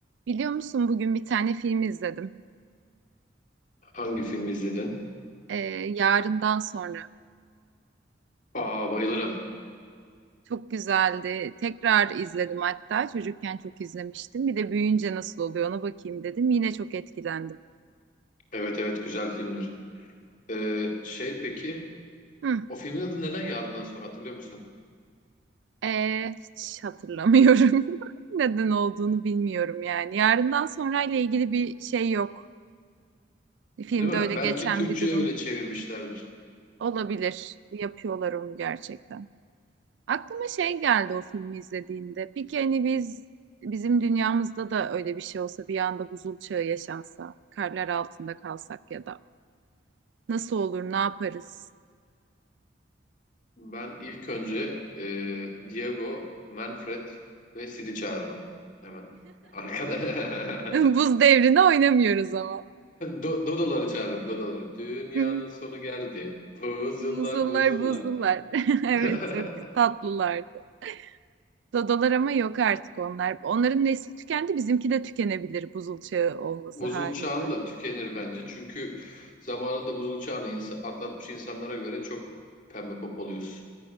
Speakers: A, on the right (about 70°); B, on the left (about 40°).
A: Biliyor musun bugün bir tane film izledim.
B: Hangi filmi izledin?
A: Ee, Yarından sonra.
B: Aa bayılırım.
A: Çok güzeldi. Tekrar izledim hatta. Çocukken çok izlemiştim. Bir de büyüyünce nasıl oluyor ona bakayım dedim. Yine çok etkilendim.
B: Evet evet güzel filmdir. Ee, şey peki
A: Hı.
B: o filmin adı neden Yarından Sonra hatırlıyor musun?
A: Ee, hiç hatırlamıyorum. <laughs> Neden olduğunu bilmiyorum yani. Yarından sonra ile ilgili bir şey yok. Filmde
B: Değil mi?
A: öyle
B: Belki
A: geçen
B: Türkçe'ye
A: bir durum
B: öyle
A: yok.
B: çevirmişlerdir.
A: Olabilir. Yapıyorlar onu gerçekten. Aklıma şey geldi o filmi izlediğinde. Peki hani biz bizim dünyamızda da öyle bir şey olsa bir anda buzul çağı yaşansa, karlar altında kalsak ya da nasıl olur, ne yaparız?
B: Ben ilk önce e, Diego, Manfred ve Sid'i çağırırım. Hemen. Arkada.
A: <laughs> Buz
B: <laughs>
A: devrine oynamıyoruz ama.
B: Do- Dodoları çağırırım. Dodoları. Dünyanın
A: <laughs>
B: sonu geldi. Buzullar
A: Buzullar
B: buzullar.
A: buzullar. <laughs> Evet
B: <laughs>
A: çok tatlılardı. Dodalar ama yok artık onlar. Onların nesli tükendi, bizimki de tükenebilir buzul çağı olması
B: buzul
A: halinde.
B: çağın da tükenir bence. Çünkü zamanında buzul çağını insa- atlatmış insanlara göre çok pembe popoluyuz.